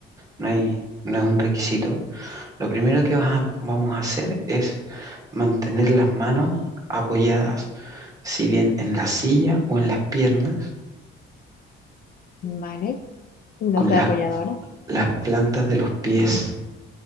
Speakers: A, on the right (about 15°); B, on the left (about 45°).
A: no hay, no es un requisito. Lo primero que vas a- vamos a hacer es mantener las manos apoyadas, si bien en la silla o en las piernas,
B: Vale,
A: con
B: la de
A: la-
B: apoyadora.
A: las plantas de los pies